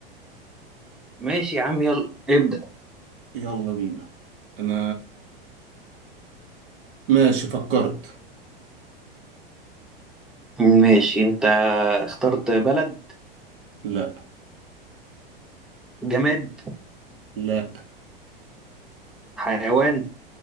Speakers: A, in the centre; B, on the right.
A: ماشي يا عم يلا ابدأ
B: يلا بينا انا ماشي فكرت
A: ماشي انت اخترت بلد
B: لا
A: جماد
B: لا
A: حيوان